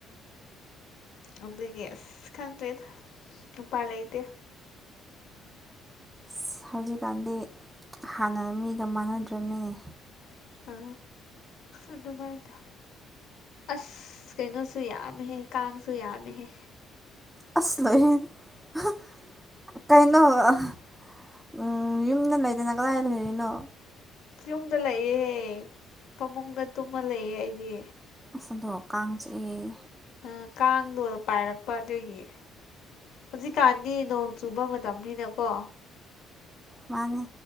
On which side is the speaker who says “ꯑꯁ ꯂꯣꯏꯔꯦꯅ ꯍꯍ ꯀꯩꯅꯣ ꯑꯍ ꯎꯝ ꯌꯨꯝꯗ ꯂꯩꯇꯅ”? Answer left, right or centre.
Centre